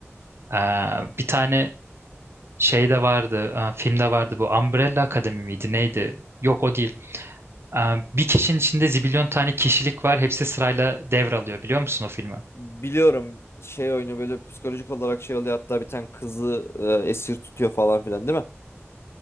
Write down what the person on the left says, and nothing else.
Biliyorum şey oyunu böyle psikolojik olarak şey oluyor hatta bir tane kızı e, esir tutuyor falan filan değil mi?